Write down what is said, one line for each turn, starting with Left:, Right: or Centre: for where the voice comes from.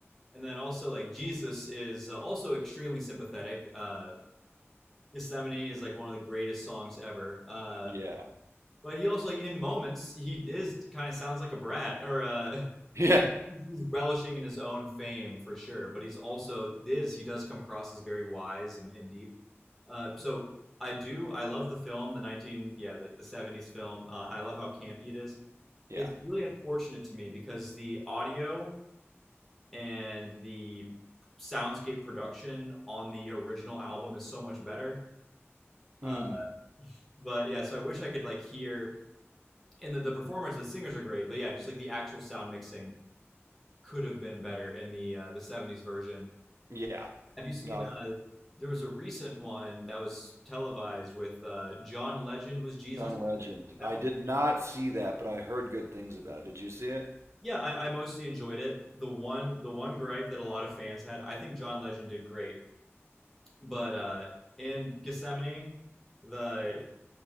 Centre: And then also like Jesus is uh, also extremely sympathetic. Uh, Gethsemane is like one of the greatest songs ever. Uh,
Right: Yeah.
Centre: but he also like in moments he is kind of sounds like a brat or uh,
Right: <laughs> Yeah.
Centre: <laughs> he's relishing in his own fame for sure. But he's also is he does come across as very wise and, and deep. Uh, so I do I love the film the 19 yeah the, the 70s film. Uh, I love how campy it is.
Right: Yeah.
Centre: It's really unfortunate to me because the audio and the soundscape production on the original album is so much better. Uh,
Right: Mm,
Centre: but yeah, so I wish I could like hear and the, the performers, the singers are great, but yeah, just like the actual sound mixing could have been better in the uh, the '70s version.
Right: yeah.
Centre: Have you seen?
Right: No,
Centre: Uh, there was a recent one that was televised with uh, John Legend was Jesus.
Right: John
Centre: Did
Right: Legend.
Centre: you see
Right: I
Centre: that one?
Right: did not see that, but I heard good things about it. Did you see it?
Centre: Yeah, I, I mostly enjoyed it. The one the one gripe that a lot of fans had, I think John Legend did great. But uh, in Gethsemane, the